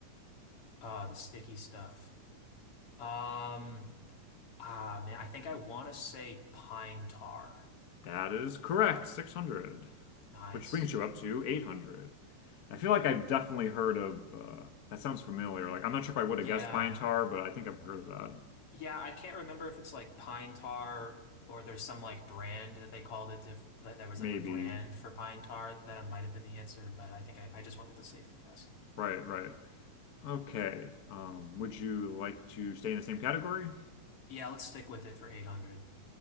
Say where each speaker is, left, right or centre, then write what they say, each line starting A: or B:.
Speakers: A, on the left; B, on the left.
A: Uh, the sticky stuff. Um, Ah, man, I think I want to say pine tar.
B: That is correct, 600,
A: Nice.
B: which brings you up to 800. I feel like I've definitely heard of uh, that sounds familiar. Like I'm not sure if I would
A: Yeah.
B: have guessed pine tar, but I think I've heard of that.
A: Yeah, I can't remember if it's like pine tar or there's some like brand that they called it diff that there was
B: Maybe.
A: like a brand for pine tar that might have been the answer, but I think I, I just went with the safer guess.
B: Right, right. Okay. Um, would you like to stay in the same category?
A: Yeah, let's stick with it for 800.